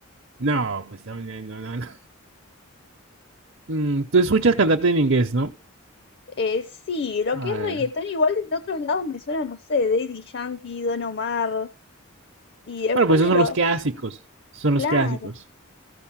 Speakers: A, on the right; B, on the left.
A: No, pues también, no, no, no. Mm, tú escuchas cantante en inglés, ¿no?
B: Eh, sí, lo
A: A
B: que es
A: ver.
B: reggaetón igual de otros lados me suena, no sé, Daddy Yankee, Don Omar y después
A: Bueno, pues esos
B: de
A: son
B: los...
A: los clásicos. Esos son los
B: Claro.
A: clásicos.